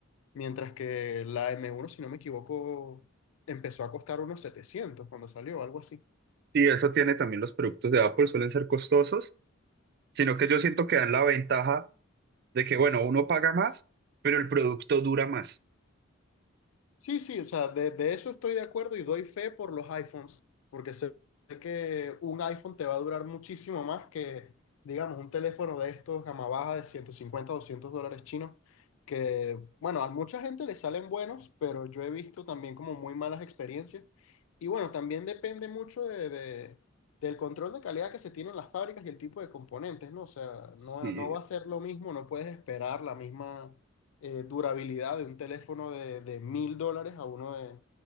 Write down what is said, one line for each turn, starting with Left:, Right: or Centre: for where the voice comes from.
Left: Mientras que la m uno si no me equivoco, empezó a costar unos 700 cuando salió, algo así.
Right: y eso tiene también los productos de Apple, suelen ser costosos, sino que yo siento que dan la ventaja de que, bueno, uno paga más, pero el producto dura más.
Left: Sí, sí, o sea, de, de eso estoy de acuerdo y doy fe por los iPhones, porque sé que un iPhone te va a durar muchísimo más que, digamos, un teléfono de estos gama baja de 150, 200 dólares chinos, que, bueno, a mucha gente le salen buenos, pero yo he visto también como muy malas experiencias. Y bueno, también depende mucho de, de- del control de calidad que se tiene en las fábricas y el tipo de componentes, ¿no? O sea, no,
Right: Sí,
Left: no va a ser lo mismo, no puedes esperar la misma eh, durabilidad de un teléfono de, de mil dólares a uno de,